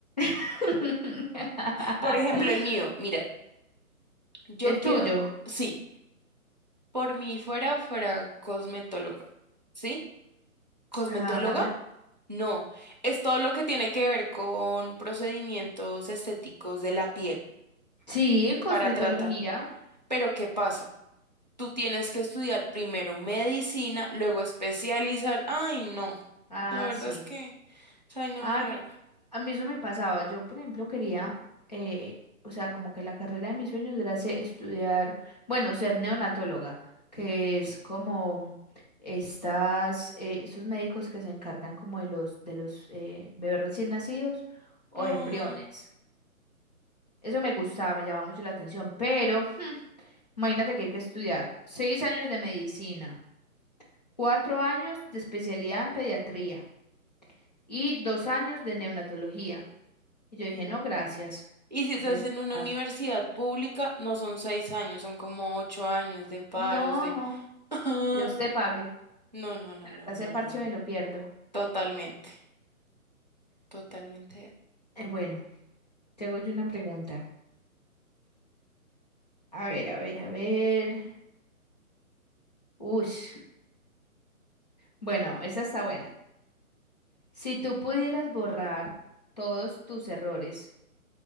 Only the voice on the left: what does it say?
<laughs>
El
tuyo.
Ah,
sí, cosmetología.
Ah,
sí.
Ah,
me- a mí eso me pasaba. Yo, por ejemplo, quería, eh, o sea, como que la carrera de mis sueños era se- estudiar, bueno, ser neonatóloga, que es como mm, estas, eh, estos médicos que se encargan como de los, de los eh, bebés recién nacidos o
embriones. Eso me gustaba, me llamaba mucho la atención, pero <laughs> imagínate que hay que estudiar seis años de medicina. cuatro años de especialidad en pediatría y dos años de neonatología. Y yo dije,
no, gracias.
Dios
te
pague.
No,
no,
Dios te pague.
La verdad,
ese
parche
me lo pierdo.
Eh, bueno, te hago yo una pregunta. A ver, a ver, a ver. Ush. Bueno, esa está buena. Si tú pudieras borrar todos tus errores,